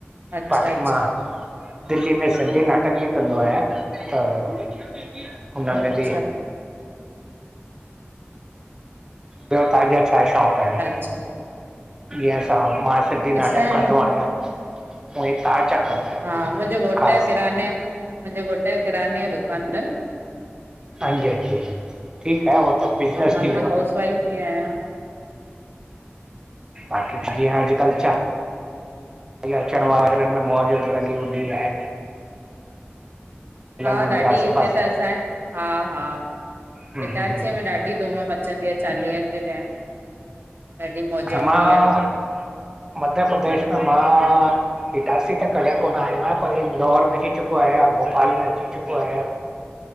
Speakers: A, on the right; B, on the right.
A: अच्छा
B: पाखी
A: अच्छा
B: मां <unintelligible> दिल्ली में सिंधी नाटक ॿि कंदो आहियां त हुन
A: अच्छा
B: में बि ॿियो तांजा छा शौक़ु आहिन?
A: स <unintelligible>
B: ॼींअं असां मां सिंधी नाटक
A: असांजो
B: कंदो आहियां, उवंई ता छा कंदा आहियो
A: हा
B: कुझु
A: मुंॼे घोट
B: ख़ासि
A: यो, किराने यो मुंहिंॼे घोट यो किराने यो दुकान थन।
B: हांजी हांजी ठीक आ, उहो त ॿिज़नस
A: ऐं मां
B: थी वियो।
A: त हाउस वाइफ ई आहियां
B: ॿाक़ी ॼींअं अॼुकल चा हींयं अचण वाॻरनि में मौॼ लॻी हुंदी आए।
A: हा
B: मंदरु
A: ॾाढी
B: आसे
A: हिते
B: पासे
A: त असांॼे, हा- हा
B: हम्म,
A: इटारसीअ
B: हम्म, हम्म।
A: में ॾाढी धुम मच् पचंदी आ चालीहन ॼे टाइम। ॾाढी मौज हूंदी
B: मां
A: आहे
B: मध्य प्रदेश में मां। इटारसी त कॾहिं कोन्ह आयो आहियां। पर इंदौर में अची चुको आयां भोपाल में अची चुको आहियां